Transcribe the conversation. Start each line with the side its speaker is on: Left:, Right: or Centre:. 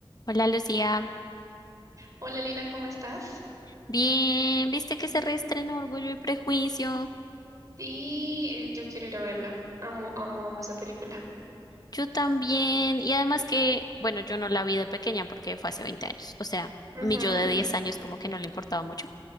Left: Hola Lucía,
Right: Hola Lina, ¿cómo estás?
Left: bien, viste que se reestrenó Orgullo y Prejuicio,
Right: Sí, eh, yo quiero ir a verla. Amo, amo, amo esa película.
Left: yo también, y además que, bueno, yo no la vi de pequeña porque fue hace 20 años, o sea,
Right: Ujú.
Left: mi yo de 10 años como que no le importaba mucho,